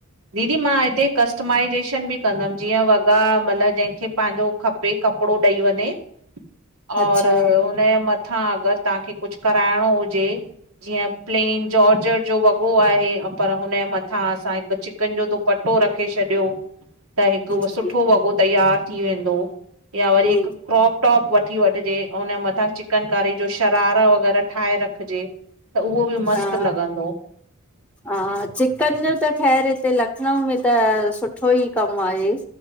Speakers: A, on the right; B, in the centre.
A: दीदी मां हिते कस्टमाइज़ेशन बि कंदम जीअं वॻा मतलब जंहिंखे पंहिंजो खपे कपड़ो ॾेई वञे और
B: अच्छा।
A: हुनजे मथां अगर तव्हांखे कुझु कराइणो हुजे जीअं प्लेन जॉर्जट जो वॻो आहे पर हुनजे मथां असां त चिकन जो दुपटो रखे छॾियो। त हिक
B: जी
A: सुठो वॻो तैयार थी वेंदो, या वरी
B: जी
A: हिक क्रॉप टॉप वठी वठजे ऐं हुन जे मथां चिकन कारी जो शरारा वग़ैरह ठाहे रखजे त उहो बि मस्तु
B: हा
A: लॻंदो।
B: हा चिकन जो त ख़ैरु हिते लखनऊ में त सुठो ई कमु आहे।